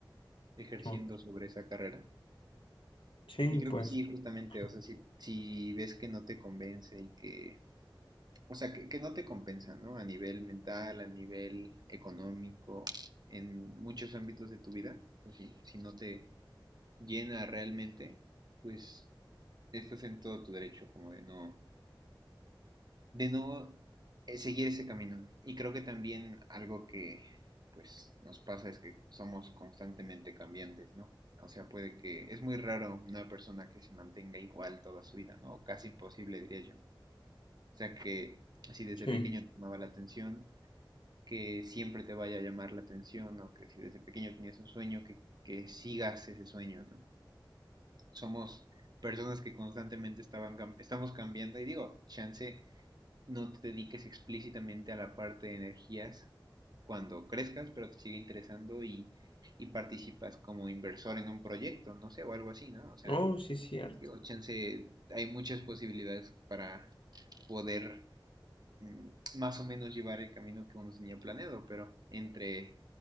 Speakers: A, on the right; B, on the left.
A: Ejerciendo
B: Ok.
A: sobre esa carrera.
B: Sí,
A: Y creo
B: pues,
A: que sí, justamente,
B: ajá,
A: o sea, si, si ves que no te convence y que, o sea, que, que no te compensa, ¿no? A nivel mental, a nivel económico, en muchos ámbitos de tu vida, o sea, si, si no te llena realmente, pues estás en todo tu derecho como de no de no eh, seguir ese camino. Y creo que también algo que pues nos pasa es que somos constantemente cambiantes, ¿no? O sea, puede que es muy raro una persona que se mantenga igual toda su vida, ¿no? O casi imposible, diría yo. O sea, que si desde
B: sí.
A: pequeño te llamaba la atención, que siempre te vaya a llamar la atención, o que si desde pequeño tenías un sueño, que, que sigas ese sueño, ¿no? Somos personas que constantemente estaban, cam- estamos cambiando y digo, chance no te dediques explícitamente a la parte de energías cuando crezcas, pero te sigue interesando y, y participas como inversor en un proyecto, no sé, o algo así, ¿no? O sea,
B: Oh, sí, es cierto.
A: digo, chance, hay muchas posibilidades para poder mm, más o menos llevar el camino que uno tenía planeado, pero entre